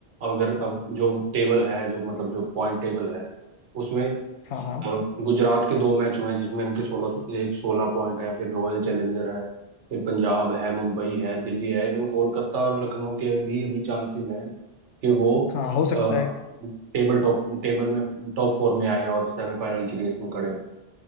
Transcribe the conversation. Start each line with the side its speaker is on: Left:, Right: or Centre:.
Right: अगर अब जो टेबल है जो मतलब जो पॉइंट टेबल है उसमें
Left: हाँ हाँ
Right: अ, गुजरात के दो मैच हुए हैं जिसमें उनके सोलह एक सोलह पॉइंट है फिर रॉयल चैलेंजर है फिर पंजाब है मुंबई है दिल्ली है इवन कोलकाता और लखनऊ के भी अभी चांसेस हैं कि वो
Left: हाँ हो सकता
Right: टेबल
Left: है
Right: टॉप टेबल में टॉप फोर में आए और सेमीफाइनल की रेस में खड़े हों